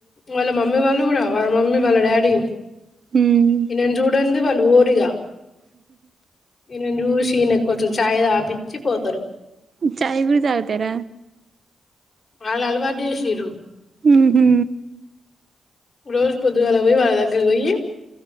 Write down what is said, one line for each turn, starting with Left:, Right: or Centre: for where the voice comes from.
Left: వాళ్ళ మమ్మీ వాళ్ళు కూడా వాళ్ళ మమ్మీ వాళ్ళ డాడీ
Right: మ్మ్
Left: ఇనం చూడంది వలు వోరు ఇగ ఈయనని చూసి ఈయన కొంచెం చాయ తాపించి పోతారు
Right: చాయ గుడు తాగుతార
Left: వాళ్లు అలవాటు చేసిరు
Right: ఉహు
Left: రోజు పొద్దుగాల పోయి వాళ్ళ దగ్గర పోయి